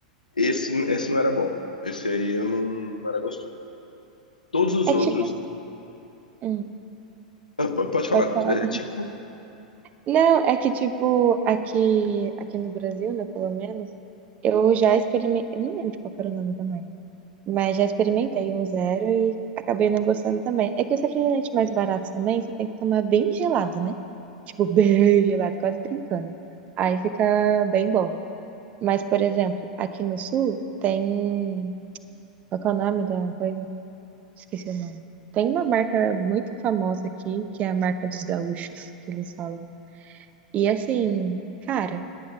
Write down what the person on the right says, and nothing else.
É
que tipo assim, hum,
pode falar.
Não, é que tipo, aqui, aqui no Brasil, né, pelo menos, eu já experimentei, eu não lembro qual que era o nome da marca, mas já experimentei um zero e acabei não gostando também. É que os refrigerantes mais baratos também, você tem que tomar bem gelado, né? Tipo, <laughs> bem gelado, quase trincando. Aí fica bem bom. Mas, por exemplo, aqui no Sul tem, qual que é o nome da coisa? Esqueci o nome. Tem uma marca muito famosa aqui, que é a marca dos gaúchos, que eles falam. E assim, cara,